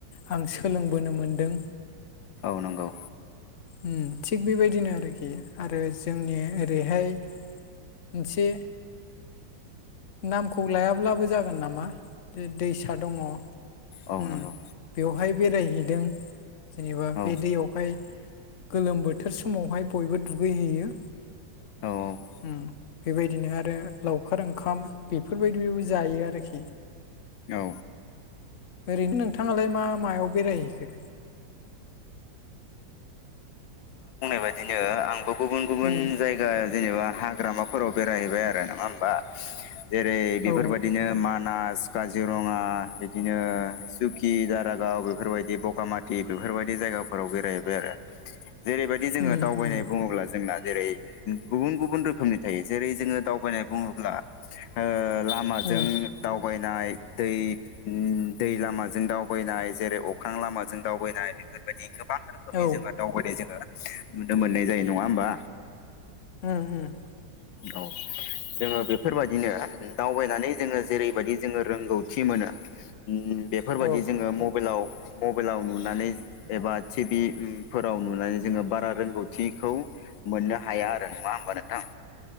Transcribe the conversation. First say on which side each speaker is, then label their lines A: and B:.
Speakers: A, on the left; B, on the left.
A: आं सोलोंबोनो मोनदों
B: औ नंगौ।
A: ओम थिग बेबायदिनो आरोखि आरो जोंनि ओरैहाय मोनसे नामखौ लायाब्लाबो जागोन नामा दैसा दङ।
B: उ
A: उम
B: औ नंगौ।
A: बेवहाय बेरायहैदों जेनेबा
B: औ
A: बे दैयावहाय। गोलोम बोथोर समावहाय बयबो दुगैहैयो
B: औ
A: उम बेबायदिनो आरो लावखार ओंखाम बेफोरबायदिबो जायो आरोखि।
B: औ
A: ओरैनो नोंथाङालाय मा मायाव बेरायहैखो
B: बेबायदिनो आंबो गुबुन गुबुन
A: उम
B: जायगा जेनेबा हा हाग्रामाफोराव बेरायहैबाय आरो नङा होमबा जेरै बेफोरबायदिनो
A: औ
B: मानास स काजिरङा बिदिनो सुकि दारागाव बेफोरबायदि बगामाथि बेफोरबायदि जायगाफोराव बेरायहैबाय आरो जेरैबायदि जोङो
A: उम
B: दावबायनाय
A: उम
B: बुङोब्ला जोंना जेरै गुबुन गुबुन रोखोमनि थायो जेरै जोङो दावबायनाय बुङोब्ला ओ लामाजों
A: उम
B: दावबायनाय हाय दै लामाजों दावबायनाय जेरै अख्रां लामाजों दावबायनाय बेफोर। बेबायदि गोबां रोखोमनि
A: औ
B: जोङो दावबायनाय जोङो नुनो मोननाय जायो नङा होमबा।
A: ओम ओम।
B: औ जोङो बेफोरबायदिनो दावबायनानै जोङो जेरैबायदि जोङो रोंगौथि मोनो उम बेफोरबायदि
A: औ
B: जोङो मबाइलाव। मबाइलाव नुनानै एबा टिभि फोराव नुनानै जोङो बारा रोंगौथिखौ मोननो हाया आरो नङा होमबा नोंथां।